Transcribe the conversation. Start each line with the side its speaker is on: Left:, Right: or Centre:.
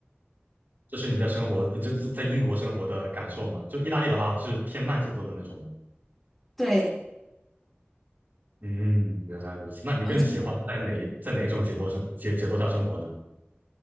Right: 这是你在生活，呃就是在英国生活的感受嘛？就意大利的话是偏慢节奏的那种。
Centre: 对，
Right: 嗯，原来如此。那你更喜欢在哪在哪一种节奏生节节奏下生活呢？
Centre: 我觉得